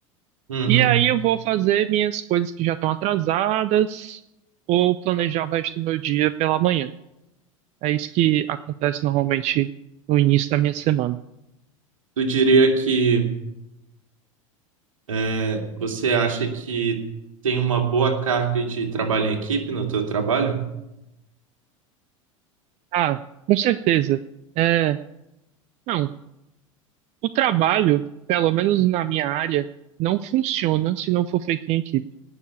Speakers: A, on the right; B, on the right.
A: Uhum.
B: e aí eu vou fazer minhas coisas que já estão atrasadas ou planejar o resto do meu dia pela manhã. É isso que acontece normalmente no início da minha semana.
A: Tu diria que é, você acha que tem uma boa carga de trabalho em equipe no teu trabalho?
B: Ah, com certeza. É, não, o trabalho, pelo menos na minha área, não funciona se não for feito em equipe.